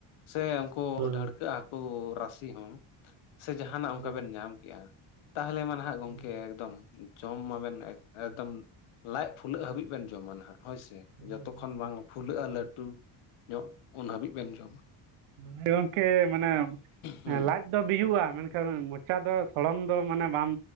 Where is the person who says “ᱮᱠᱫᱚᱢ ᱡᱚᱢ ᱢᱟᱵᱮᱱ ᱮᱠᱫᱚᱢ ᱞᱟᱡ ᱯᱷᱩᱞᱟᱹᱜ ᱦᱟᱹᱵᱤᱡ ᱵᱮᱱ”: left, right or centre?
Left